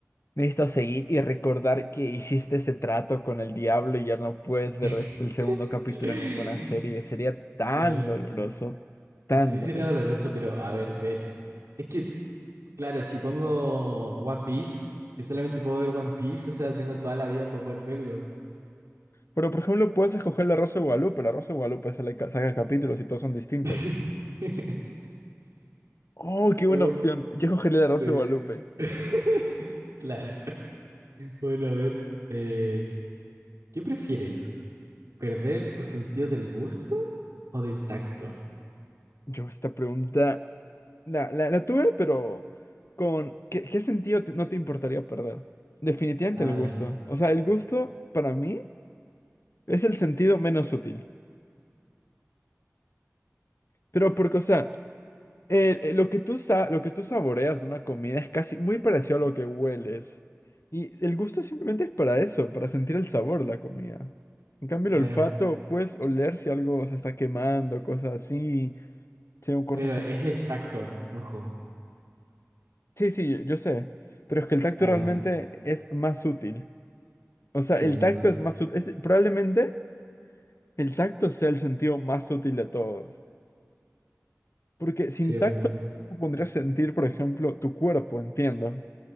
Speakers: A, on the left; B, on the right.
A: Necesito seguir y recordar que hiciste ese trato con el diablo y ya no puedes
B: <laughs>
A: ver este el segundo capítulo en ninguna serie. Sería tan
B: Claro.
A: doloroso, tan
B: Sí
A: doloroso.
B: sería doloroso, pero a ver, ver. Es que, claro, si pongo One Piece, que solamente puedo ver One Piece, o sea, tengo toda la vida para poder verlo.
A: Pero, por ejemplo, puedes escoger la Rosa de Guadalupe. La Rosa de Guadalupe sale ca- saca capítulos y todos son distintos.
B: <laughs>
A: Oh, qué
B: Es
A: buena
B: como-
A: opción. Yo escogería la Rosa
B: sí.
A: de Guadalupe.
B: <laughs> Claro. Bueno, a ver. eh, ¿qué prefieres? ¿Perder tu sentido del gusto o del tacto?
A: Yo esta pregunta la, la, la tuve, pero con ¿qué, qué sentido te- no te importaría perder? Definitivamente
B: Ah,
A: el gusto.
B: ya,
A: O sea, el gusto para mí es el sentido menos útil. Pero porque, o sea, el- el- lo que tú sa- lo que tú saboreas de una comida es casi muy parecido a lo que hueles. Y el gusto simplemente es para eso, para sentir el sabor de la comida. En cambio,
B: claro.
A: el olfato, puedes oler si algo se está quemando, cosas así, si hay un cortocircuito.
B: Claro, es el tacto, ojo.
A: Sí, sí, yo, yo sé. Pero es que el tacto
B: Ah,
A: realmente
B: ya.
A: es más útil. O sea,
B: Sí,
A: el
B: en
A: tacto
B: verdad.
A: es más útil. probablemente el tacto sea el sentido más útil de todos. Porque sin
B: Sí, es
A: tacto,
B: verdad.
A: tú podrías sentir, por ejemplo, tu cuerpo, entiendo.